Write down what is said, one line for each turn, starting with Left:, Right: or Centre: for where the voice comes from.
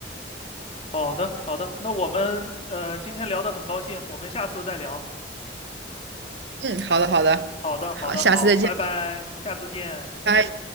Left: 好的，好的。那我们呃今天聊得很高兴，我们下次再聊。
Right: 嗯，好的，好的，
Left: 好的，好的，
Right: 好，下次再见，
Left: 好，拜拜，下次见。
Right: 拜。